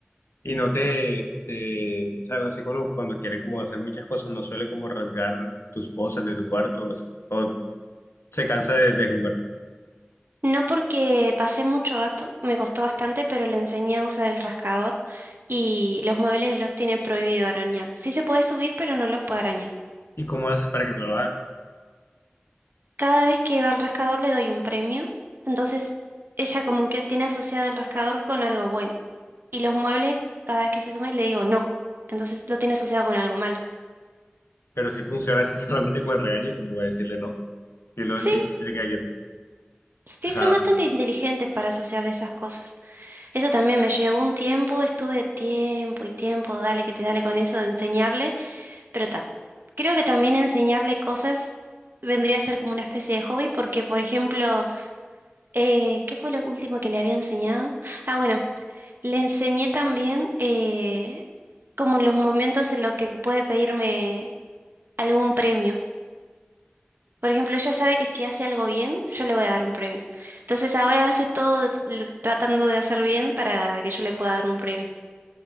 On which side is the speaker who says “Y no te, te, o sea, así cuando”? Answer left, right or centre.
Left